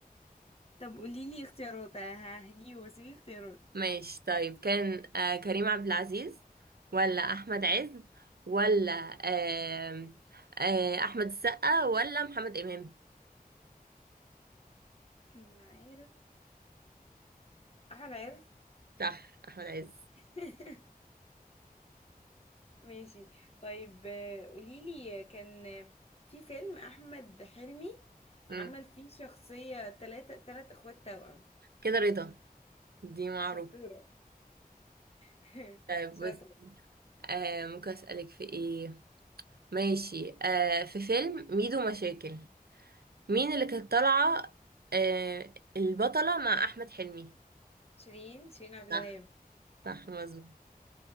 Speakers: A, on the left (about 40°); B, on the right (about 85°).
A: طب قولي لي اختيارات ههجيبه بس في اختيارات
B: ماشي طيب كان آه كريم عبد العزيز ولا احمد عز ولا آه آه احمد السقا ولا محمد امام
A: لا عارف احمد عز
B: صح احمد عز
A: <laughs> ماشي طيب آه، قوليلي كان آه، في فيلم احمد حلمي
B: امم
A: عمل فيه شخصية تلاتة تلات اخوات توأم
B: كده رضا دي معروفه
A: شطورة <laughs>
B: طيب
A: شاطرة
B: بس آه ممكن اسالك في ايه ماشي آه في فيلم ميدو مشاكل مين اللي كانت طالعه آه البطله مع احمد حلمي
A: شيرين شيرين عبد الوهاب
B: صح صح مظبوط